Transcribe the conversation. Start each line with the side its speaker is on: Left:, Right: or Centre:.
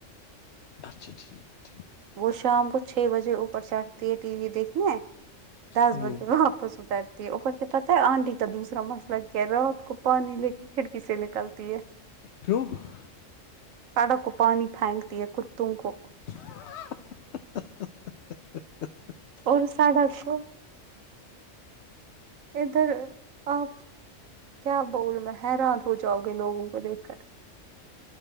Left: اچھا ٹھیک ٹھیک
Right: وہ شام کو چھ بجے اوپر چڑھتی ہے ٹی وی دیکھنے دس
Left: ہ
Right: بجے واپس اتارتے اوپر تو پتا ہے آنٹی کا دوسرا مسئلہ کیا ہے رات کو پانی لے کے کھڑکی سے نکلتی ہے
Left: ت <unintelligible> <inaudible>
Right: سڑک کو پانی پھینکتی ہے کتوں کو
Left: <inaudible> <unintelligible>
Right: اور ساھا سو ادھر آ کیا بول میں حیران ہو جاؤ گے لوگوں کو دیکھ کر